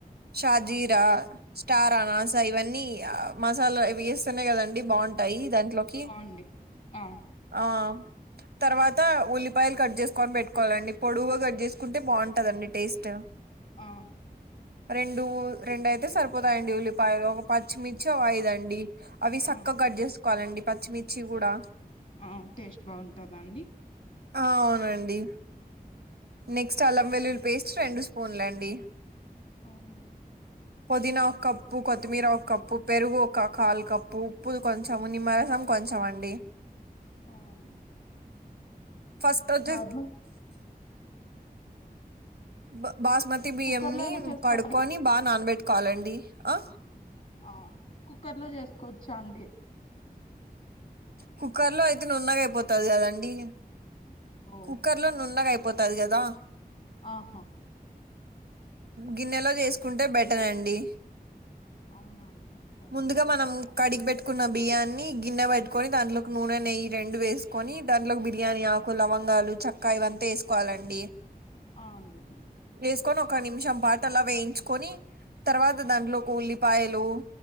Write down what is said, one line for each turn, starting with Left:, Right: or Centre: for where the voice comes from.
Right: షాజీరా
Left: ఆ అండి
Right: స్టార్ అనాస ఇవన్నీ మసాలావి వేస్తేనే కదండి అండి బావుంటాయి దాంట్లోకి
Left: ఆ అండి ఆ
Right: ఆ తర్వాత ఉల్లి కట్ చేసుకొని పెట్టుకోవాలండి పొడువుగా కట్ చేసుకుంటే బావుంటదండి టేస్ట్
Left: ఆ
Right: రెండు రెండైయితే సరిపోతాయండి ఉల్లిపాయలు ఒక పచ్చిమిర్చి ఒక ఐదండి అవి సక్కగ
Left: ఆ
Right: కట్ చేసుకోవాలండి పచ్చిమిర్చి కూడా
Left: ఆ టేస్ట్ బాగుంటదండి
Right: అ అవునండి నెక్స్ట్ అలం వెల్లుల్లి పేస్ట్ రెండు స్పూన్లండి
Left: అవునా
Right: పోదీనా ఒక కప్పు కొత్తిమీర ఒక కప్పు పెరుగు ఒక కాలు కప్పు ఉప్పు కొంచెం నిమ్మరసం కొంచం అండి
Left: అ అండి
Right: ఫస్ట్ వచ్చేసి
Left: నార్మల్
Right: బ బాస్మతి బియ్యంని
Left: కుక్కర్ లో అయినా చేసుకోవచ్చండి
Right: కడుక్కొని బాగా నానబెట్టుకోవాలండి ఆ
Left: ఆ కుక్కర్ లో చేసుకోవచ్చా అండి
Right: కుక్కర్ లో అయితే నున్నగాయిపోతది కదండి
Left: ఓ
Right: కుక్కర్ లో నున్నగ అయిపోతది కదా
Left: ఆహా
Right: గిన్నెలో చేసుకుంటే బెటర్ అండి
Left: అవునా అండి సరే
Right: ముందుగా
Left: అండి
Right: మనం కడిగి పెట్టుకున్న బియ్యాన్ని గిన్నె పెట్టుకోని దాంట్లో కు నూనె నెయ్యి రెండు వేసుకొని దాంట్లో కు బిర్యానీ యాకు లవంగాలు చెక్క ఇవంతా వేసుకోవాలండి
Left: ఆ అండి
Right: వేసుకొని ఒక నిమిషం పాటు అలా వేయించుకొని తర్వాత దాంట్లో కు ఉల్లిపాయలు